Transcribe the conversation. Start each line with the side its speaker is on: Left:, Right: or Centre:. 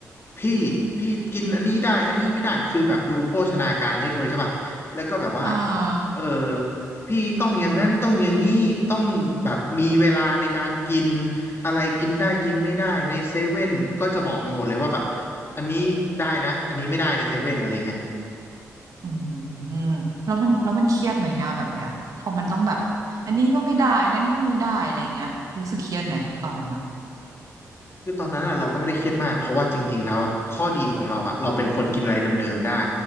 Left: พี่พี่กินอันนี้ได้อันนี้ไม่ได้คือแบบดูโภชนาการให้ด้วยใช่ป่ะแล้วก็แบบว่า
Right: อ่า
Left: เออพี่ต้องอย่างนั้นต้องอย่างนี้ต้องแบบมีเวลาในการกินอะไรกินได้กินไม่ได้ในเซเว่นก็จะบอกมาหมดเลยว่าแบบอันนี้ได้นะอันนี้ไม่ได้ในเซเว่นอะไรเงี้ย
Right: อืมแล้วมันแล้วมันเครียดไหมอะแบบเนี้ยพอมันต้องแบบอันนี้ก็ไม่ได้อันนั้นก็ไม่ได้อะไรเงี้ยรู้สึกเครียดไหมตอนนั้นอะ
Left: คือตอนนั้นอ่ะเราก็ไม่ได้เครียดมากเพราะว่าจริงๆแล้วอ่ะข้อดีของเราอ่ะเราเป็นคนกินอะไรเดิมๆได้